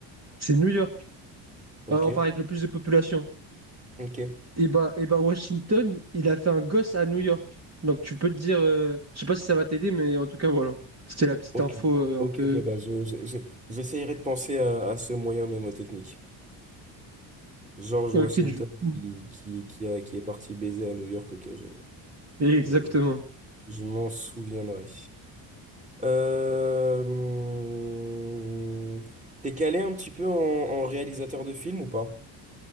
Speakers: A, on the right; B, on the right.
A: C'est New York.
B: ok,
A: Euh, enfin, avec le plus de population.
B: ok,
A: Et bah, et bah, Washington, il a fait un gosse à New York. Donc, tu peux te dire, euh, je sais pas si ça va t'aider, mais en tout cas, voilà. C'était la petite
B: ok,
A: info euh,
B: ok,
A: un peu.
B: ok, bah, je, je- je- j'essayerai de penser à, à ce moyen mnémotechnique. George
A: euh,
B: Washington
A: Ok, du coup.
B: qui, qui, qui, a- qui est parti baiser à New York, ok, je,
A: Exactement.
B: je, je Je m'en souviendrai. Euh... hum, T'es calé un petit peu en, en réalisateur de films ou pas?